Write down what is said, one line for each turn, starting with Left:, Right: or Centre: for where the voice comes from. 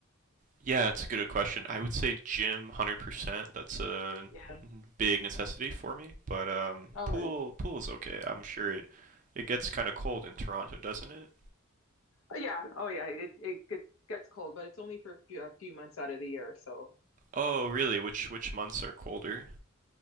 Right: Yeah, it's a good question. I would say gym, one hundred percent. That's a
Left: Yeah.
Right: big necessity for me, but um,
Left: All
Right: pool
Left: right.
Right: pool is okay. I'm sure it it gets kind of cold in Toronto, doesn't it?
Left: Oh, Yeah. Oh, yeah. It it get- gets cold, but it's only for a few, a few months out of the year. So,
Right: Oh, really? Which which months are colder?